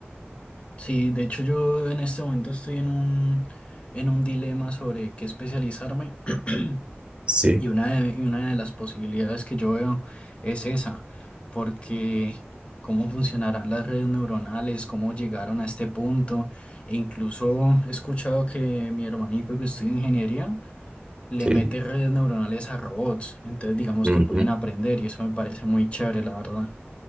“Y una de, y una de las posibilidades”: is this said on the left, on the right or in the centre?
Left